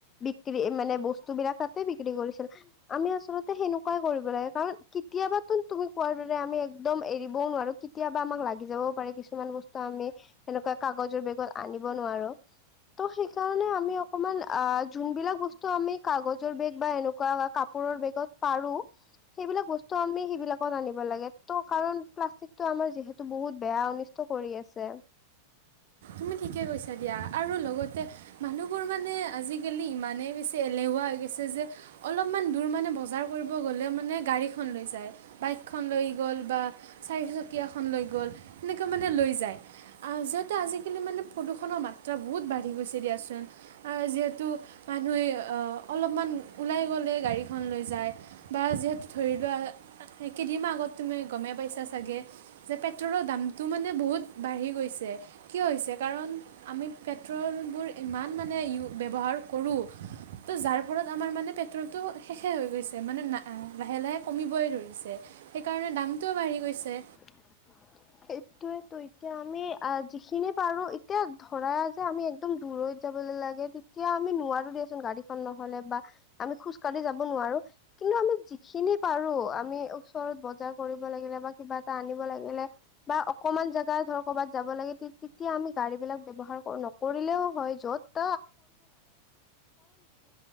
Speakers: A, on the left; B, on the right.
A: বিক্ৰী মানে বস্তু বিলাক বিক্ৰী কৰিছিল আমি আচলতে সেনেকুৱাই কৰিব লাগে কাৰণ কেতিয়াবো তুমি কোৱাৰ দ আমি একদম এৰিবও নোৱাৰো কেতিয়াবা আমাক লাগি যাবও পাৰে কিছুমান বস্তু আমি সেনেকুৱা কাগজৰ বেগত আনি আনিব নোৱাৰোঁ ত সেইকাৰণে আমি অকমান আহ যোনবিলাক বস্তু আমি কাগজ জৰ বেগ বা এনেকুৱা কাপোৰৰ বেগত পাৰো সেইবিলাক বস্তু আমি সেইবিলাকত আনিব লাগে ত কাৰণ প্লাষ্টিকটো আমাৰ যিহেতু বহুত বেয়া অনিষ্ট কৰি আছে
B: তুমি ঠিকে কৈছা দিয়া আৰু লগতে মানুহবোৰ মানে আজিকালি ইমানেই বেছি এলেহুৱা হৈ গৈছে যে অলপমান‌ দূৰ মানে বজাৰ কৰিব গলেও মানে গাড়ীখন লৈ যায় বাইকখন লৈ গ গ'ল বা চাৰিচকীয়া খন লৈ গ'ল সেনেকুৱা মানে লৈ যায় আহ য'ত আচলতে আজিকালি মানে প্ৰদূষণৰ মাত্ৰা বহুত বাঢ়ি গৈছে দিয়াচোন আৰু যিহেতু মানুহে অলপমান ওলাই গ'লে গাড়ীখন লৈ যায় বা যিহেতু ধৰি লোৱা কেইদিনমান আগত তুমি গমে পাইছা চাগে যে পেট্ৰলৰ দামতটো মানে বহুত বাঢ়ি গৈছে কিয় হৈছে কাৰণ আমি পেট্ৰলবোৰ ইমান মানে ই ব্যৱহাৰ কৰোঁ তো যাৰ ফলত আমাৰ মানে পটো শেষে হৈ গৈছে মানে না লাহে লাহে কমিবই ধৰিছে সেইকাৰণে দামটোও বাঢ়ি গৈছে পিছে
A: <unintelligible> সেইটোয়ো এতিয়া আমি যিখিনি পাৰো এতিয়া ধৰা যে আমি একদম দূৰ যাবলৈ লাগে তেতিয়া আমি নোৱাৰো দিয়াচোন গাড়ীখন নহলে বা আমি খোজ কাঢ়ি যাব নোৱাৰো কিন্তু আমি যিখিনি পাৰো আমি ওচৰত বজাৰ কৰিব লাগিলে বা কিবা এটা আনিব লাগিলে বা অকনমান জেগা ধৰ ক'বাত যাব লাগে তেতিয়া আমি গাড়ী বিলাক ব্য্ৱহাৰ নকৰিলেও হয় য'ত